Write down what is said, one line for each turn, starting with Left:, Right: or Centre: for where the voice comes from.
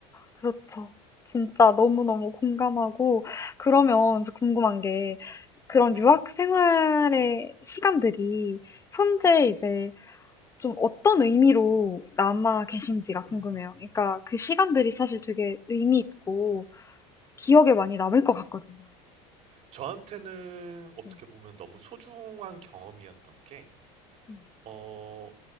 Left: 그렇죠. 진짜 너무너무 공감하고
Right: 네.
Left: 그러면 저 궁금한 게 그런
Right: 네.
Left: 유학 생활의 시간들이 현재 이제 좀 어떤 의미로 남아 계신지가 궁금해요.
Right: 음,
Left: 그러니까 그 시간들이 사실 되게 의미 있고 기억에 많이 남을 것 같거든요.
Right: 저한테는 어떻게
Left: 네.
Right: 보면 너무 소중한 경험이었던 게,
Left: 음.
Right: 어,